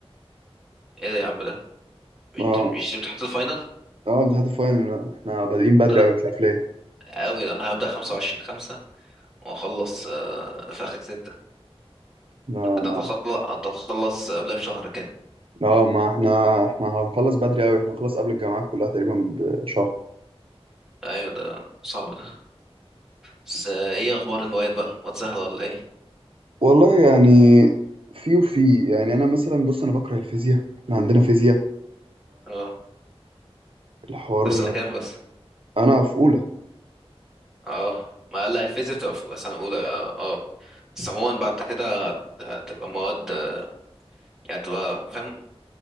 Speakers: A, in the centre; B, on the right.
A: ايه ده يا عم ده مش
B: اه
A: دي مش دي امتحانات الفاينل
B: اه امتحانات الفاينل احنا بادئين بدري
A: ده لا
B: اوي مش عارف ليه
A: قوي ده انا هبدا 25 5 واخلص آه، في اخر 6
B: لا انا
A: ده هتخلص هتخلص قبلها بشهر كده
B: اه ما احنا احنا هنخلص بدري اوي احنا هنخلص قبل الجامعات كلها تقريبا بشهر
A: ايوه ده صعب ده بس آه، ايه اخبار المواد بقى مواد سهله ولا ايه
B: والله يعني في وفي يعني انا مثلا بص انا بكره الفيزياء احنا عندنا فيزياء
A: اه
B: فالحوار
A: طب سنه كام بس
B: انا في اولى
A: اه ما لا الفيزياء بتبقى في سنه اولى اه بس عموما بعد كده هت- هتبقى مواد آه، يعني تبقى فاهم